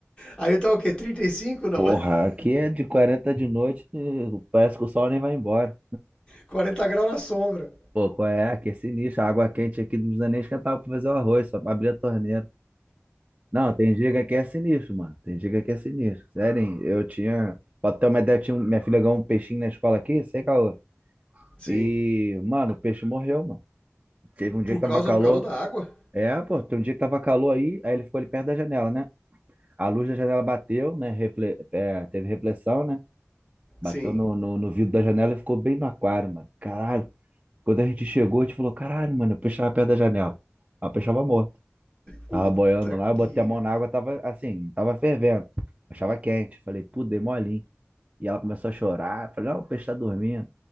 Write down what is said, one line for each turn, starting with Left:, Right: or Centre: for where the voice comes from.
Left: Aí tá o quê? trinta e cinco Não.
Right: Porra,
Left: <laughs>
Right: aqui é de 40 de noite, eh, parece que o sol nem vai embora.
Left: 40 graus na sombra.
Right: Pô, qual é? Aqui é sinistro. A água quente aqui não precisa nem esquentar pra fazer o arroz, só pra abrir a torneira. Não, tem dia que aqui é sinistro, mano. Tem dia que aqui é sinistro. Sério, hein? eu tinha. Pra ter uma ideia, eu tinha... um- minha filha ganhou um peixinho na escola aqui, sei, caô.
Left: Sim.
Right: E, mano, o peixe morreu, mano. Teve um dia
Left: Por
Right: que tava
Left: causa
Right: calor.
Left: do calor da água?
Right: É, pô, tem um dia que tava calor aí, aí ele ficou ali perto da janela, né? A luz da janela bateu, né? Refle- é, teve reflexão, né? Bateu
Left: Sim.
Right: no, no, no vidro da janela e ficou bem no aquário, mano. Caralho. Quando a gente chegou, a gente falou, caralho, mano, eu peixe tava perto da janela. Aí o peixe tava morto. Tava
Left: Puta
Right: boiando lá, eu
Left: que.
Right: botei a mão na água, tava assim, tava fervendo. Achava quente. Falei, pô, dei molinho. E ela começou a chorar. Eu Falei, não, o peixe tá dormindo.